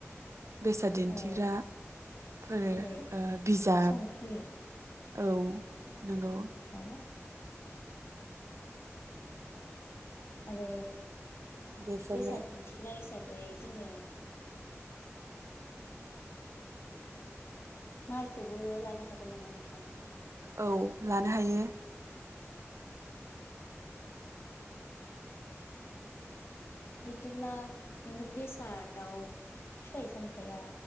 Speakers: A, on the right; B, on the left.
A: बेसाद दिन्थिग्राफोर
B: औ जेरै
A: ओ बिजाब
B: संख्रि
A: औ नंगौ।
B: हा आरो
A: बेफोरनो
B: बेै साद दिन्थिग्रा हिसाब बै जोङो माइखौबो लानो हागोन नामा नोंथां?
A: औ लानो हायो
B: बिदिब्ला नोथ बेसादाव फिथाइ सामथाइया